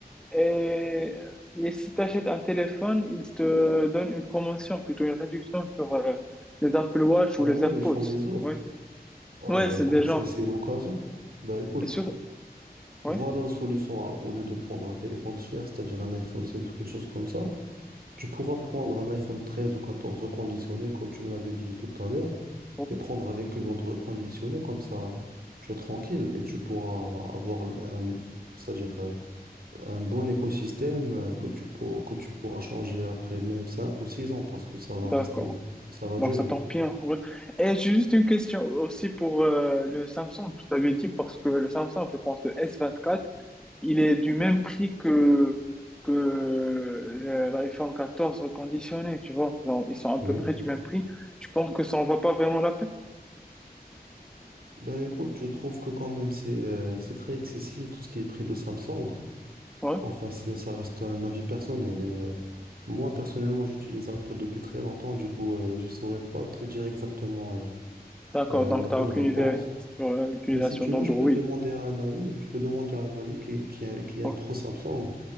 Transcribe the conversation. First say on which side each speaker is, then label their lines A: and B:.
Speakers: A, in the centre; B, on the right (about 65°).
A: Et, et si tu achètes un téléphone, ils te donnent une promotion, plutôt une réduction sur euh, les Apple Watch
B: Ah
A: ou les
B: ouais,
A: AirPods.
B: ils font des offres.
A: Oui.
B: Ah
A: Ouais,
B: bah
A: c'est
B: écoute,
A: des gens.
B: c'est c'est l'occasion. Bah écoute,
A: Sur... Ouais.
B: voilà la solution. à- Au lieu de prendre un téléphone cher, c'est-à-dire un iPhone 16 ou quelque chose comme ça, tu pourras prendre un iPhone 13 ou 14 reconditionné, comme tu me l'avais dit tout à l'heure,
A: Ouais.
B: et prendre avec une montre reconditionnée, comme ça tu es tranquille et tu pourras avoir un, c'est-à-dire euh, un bon écosystème euh, que tu pour- que tu pourras changer après même 5 ou 6 ans, parce que ça va
A: D'accord.
B: rester, ça va
A: Bon,
B: durer.
A: ça tombe bien. ouais. Et j'ai juste une question aussi pour euh, le Samsung. Je t'avais dit parce que le Samsung, je pense, le S24, il est du même prix que, que le- l'iPhone 14 reconditionné, tu vois. Genre, ils sont à
B: Oui.
A: peu près du même prix. Je pense que ça en vaut pas vraiment la peine.
B: Bah écoute, je trouve que quand même c'est euh, c'est très excessif tout ce qui est prix de Samsung.
A: Ouais.
B: Enfin, c'est- ça reste un avis personnel. Et, euh, moi, personnellement, j'utilise Apple depuis très longtemps. Du coup, euh, je saurais pas te dire exactement euh,
A: D'accord,
B: euh,
A: donc
B: la
A: t'as
B: bonne
A: aucune
B: réponse.
A: idée sur euh, l'utilisation
B: Mais si tu
A: d'Android.
B: veux, je peux demander à un ami. Je peux demander à un ami qui, qui, est- qui est un
A: Ouais.
B: pro Samsung.